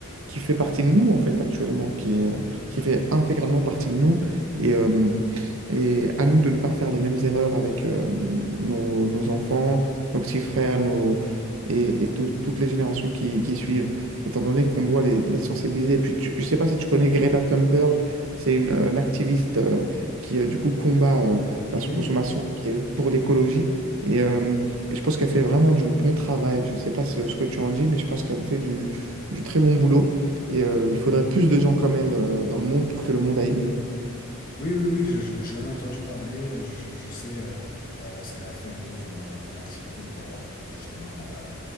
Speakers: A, on the right; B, on the left.
A: qui fait partie de nous, en fait, actuellement, qui est, euh,
B: Eh
A: qui
B: ben,
A: fait intégralement partie de nous. Et, euh, et à nous de ne pas faire les mêmes erreurs avec euh, nos, nos enfants, nos petits frères, nos, et, et tout- toutes les générations qui, qui suivent, étant donné qu'on doit les, les sensibiliser. Et puis, tu- je ne sais pas si tu connais Greta Thunberg, c'est une, euh, une activiste euh, qui, euh, du coup, combat euh, la surconsommation
B: Oui.
A: qui est pour l'écologie. Et, euh, et je pense qu'elle fait vraiment du bon travail. Je ne sais pas ce, ce que tu en dis, mais je pense qu'elle fait du, du très bon boulot. Et euh, il faudrait plus de gens comme elle euh, dans le monde pour que le monde aille mieux.
B: Oui, oui, oui, je- je- j'en ai entendu parler, euh, je, je sais euh, euh, ce qu'elle a fait un peu comme, euh, comme activité pour, euh, pour justement euh,